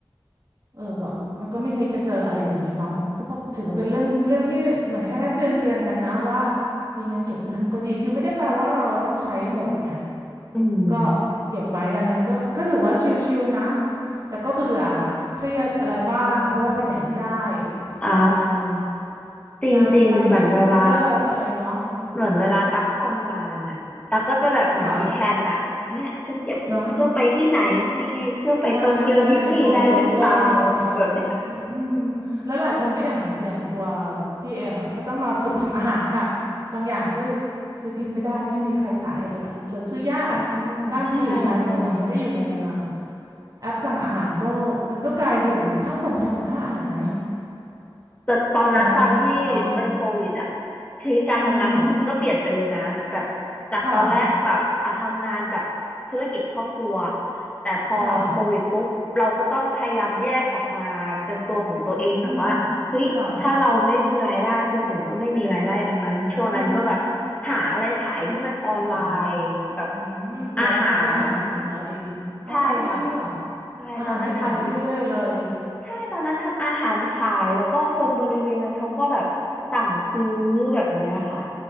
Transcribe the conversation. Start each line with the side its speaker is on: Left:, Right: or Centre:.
Right: เออแบบมันก็ไม่เคยจะเจออะไรอย่างนี้เนาะก็แบบถือว่าเป็นเรื่องเรื่องที่เหมือนคล้ายๆเตือนเตือนกันนะว่ามีเงินเก็บบ้างก็ดีคือไม่ได้แปลว่าเราต้องใช้หมดไง
Left: อืม
Right: ก็เก็บไว้ดังนั้นก็ก็ถือว่าชิลๆนะแต่ก็เบื่อเครียดอะไรบ้างเพราะว่าเป็นใหญ่ไม่ได้ <laughs>
Left: อ่า
Right: ประมาณนึง
Left: จริงๆเหมือนเวลา
Right: ใช่ไฟล์บินยกเลิกอะไรเนาะ
Left: เหมือนเวลาตักทำงานอ่ะตักก็จะแบบเหมือนมีแผนอ่ะเนี่ยฉันเก็บเงินเพื่อไปที่ไหน
Right: ค่ะนะ
Left: ยังไงเพื่อไปโตเกียวดิสนีย์แลนด์หรือเปล่า
Right: ใช่ใช่โดนยกเลิกอะไรอย่างงี้อืม
Left: แบบเนี้ย
Right: แล้วหลายคนก็อย่างอย่างตัวพี่เองอ่ะก็ต้องมาฝึกทำอาหารค่ะบางอย่างก็ซื้อกินไม่ได้ไม่มีใครขายเหลือหรือซื้อยากอ่ะ
Left: อ่า
Right: บ้านพี่อยู่ชานเมืองไม่ได้อยู่ในเมือง
Left: ใช่ใช่
Right: แอปสั่งอาหารก็มันก็กลายเป็นที่โอ้โหค่าส่งแพงกว่าค่าอาหารไหม
Left: แต่ตอนนั้นตอนที่เป็นโควิดอะ
Right: ตอนนั้นก็เนาะ
Left: ชีวิตการทำงานของเราก็เปลี่ยนไปเลยนะแบบจากตอนแรกแบบอ่ะทำงานกับธุรกิจครอบครัว
Right: อือหือค่ะ
Left: แต่พอโควิดปุ๊บเราก็ต้องพยายามแยกออกมาเป็นตัวของตัวเองแบบว่าเฮ้ยถ้าเราไม่มีรายได้คนอื่นก็ไม่มีรายได้ดังนั้นช่วงนั้นก็แบบ
Right: ค่ะอืมค่ะอืม
Left: หาอะไรขายที่มันออนไลน์แบบ
Right: เหมือนอืมเราต้องพยายามของเราเองอ๋อดีค่ะ
Left: อาหารใช่ค่ะใช่ตอนนั้นทำ
Right: อาหารนี่ขายได้เรื่อยๆเลย
Left: ใช่ตอนนั้นทำอาหารขายแล้วก็คนบริเวณนั้นเขาก็แบบสั่งซื้อแบบเนี้ยค่ะ